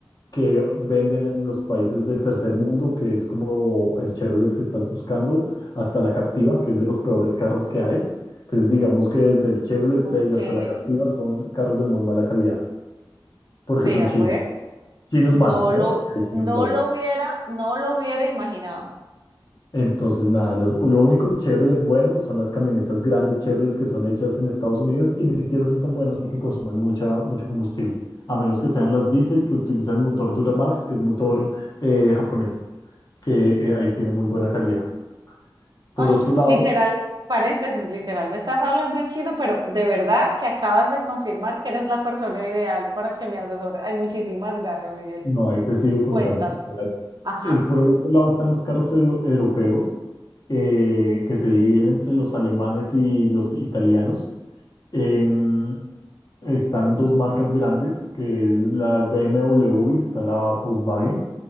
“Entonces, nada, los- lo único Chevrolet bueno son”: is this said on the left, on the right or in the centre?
Left